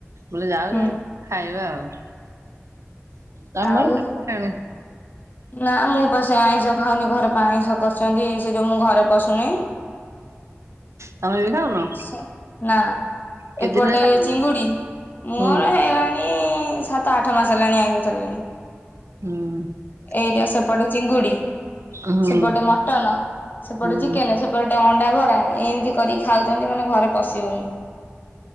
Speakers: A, on the right; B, on the left.
A: ବୋଇଲେ ଯାଉ
B: ହୁଁ
A: ଯାଇ ଖାଇବା ଆଉ ତମ
B: ଆଉ
A: ହଁ ଖାଇଣ
B: ନା ମୁଁ ପସେଇ ଆଇଁଷ ଖାଉନି ଘରେ ପାଇଁ ଆଇଁଷ କରିଛନ୍ତି ସେ ଯୋଉ ମୁଁ ଘରେ ପଶୁନି
A: ତମେ ବି ଖାଉନ
B: ସେ ନା
A: କେତେ
B: ଏପଟେ
A: ଦିନ ହେଲା ଖାଉନି
B: ଚିଙ୍ଗୁଡି ମୋର
A: ହୁଁ
B: ହେଇ ମୁଁ ସାତ ଆଠ ମାସ ହେଲାଣି ଆଇଁଷ ଛାଡ଼ିଲିନି
A: ହଁ
B: ଏଇଟା ସେପଟେ ଚିଙ୍ଗୁଡି
A: ହୁଁ
B: ସେପଟେ ମଟନ ସେପଟେ
A: ହୁଁ
B: ଚିକେନ ସେପଟ ତାପରେଟେ ଅଣ୍ଡା ବରା ଏମିତି କରିକି ଖାଉଛନ୍ତି ମାନେ ଘରେ ପଶି ହଉନି